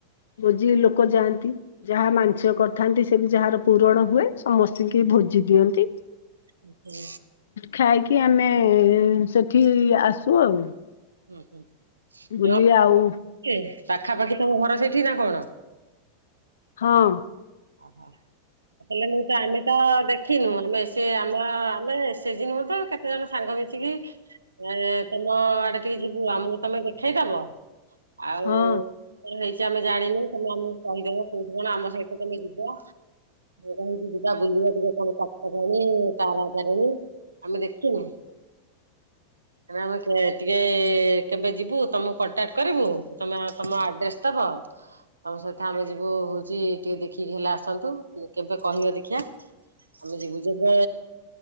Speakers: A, on the left; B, on the right.
A: ଭୋଜିରେ ଲୋକ ଯାଆନ୍ତି। ଯାହା ମାଂଶିକ କରିଥାନ୍ତି ସେଠି ଯାହାର ପୂରଣ ହୁଏ ସମସ୍ତଙ୍କୁ ଭୋଜି ଦିଅନ୍ତି।
B: <unintelligible>
A: ଖାଇକି ଆମେ ସେଠି ଆସୁ ଆଉ।
B: ହୁଁ ହୁଁ
A: ବୁଲି ଆଉ
B: <unintelligible> ପାଖାପାଖି ତମ ଘର ସେଇଠି ନା କଣ?
A: ହଁ।
B: ଆ ହା। ହେଲେ ମୁଁ ତ ଆମେ ତ ଦେଖିନୁ ଆମେ ସେ ଆମ ଆମେ ସେଜି ନୁହଁ ତ କେ କେତେ ଜଣ ସାଙ୍ଗ ମିଶିକି ଏ ତମ ଆଡେ ଟିକେ ଯିବୁ ଆମକୁ ତମେ ଦେଖେଇ ଦବ? ଆଉ
A: ହଁ
B: କଣ ହେଇଛି ଆମେ ଜାଣିନୁ ତମେ ଆମକୁ କହିଦବ କୋଉଠୁ କଣ ଆମ ସହିତ ତମେ ଯିବ। କାହିଁକି ଯିବା ବୁଲିବା ଟିକେ ତମ ତପ୍ତପାଣି ତାରା ତାରିଣୀ। ଆମେ ଦେଖିଛୁ ନା। ଆମେ ଟିକେ କେବେ ଯିବୁ ତମକୁ କଣ୍ଟାକ୍ଟ କରିବୁ ତମେ ତମ ଆଡ୍ରେସ ଦବ ତମ ସହିତ ଆମେ ଯିବୁ ହଉଛି ଟିକେ ଦେଖିକି ହେଲେ ଆସନ୍ତୁ କେବେ କହିବେ ଦେଖିଆ। ଆମେ ଯିବୁ ଯେବେ